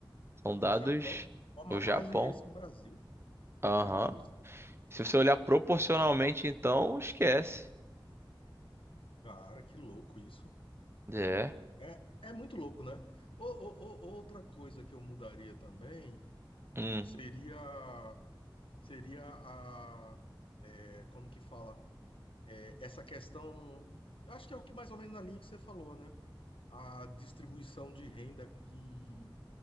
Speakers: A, on the right; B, on the left.
A: são dados
B: O Japão forma
A: do
B: mais
A: Japão.
B: engenheiros que o Brasil.
A: Aham.
B: Jesus Cristo.
A: Se você olhar proporcionalmente,
B: Meu Deus.
A: então, esquece.
B: Cara, que louco isso.
A: É.
B: É, é muito louco, né? Ou, ou- ou- outra coisa que eu mudaria também
A: Hum.
B: seria seria a é, como que fala? É, essa questão, eu acho que é o que mais ou menos na linha que você falou, né? A distribuição de renda que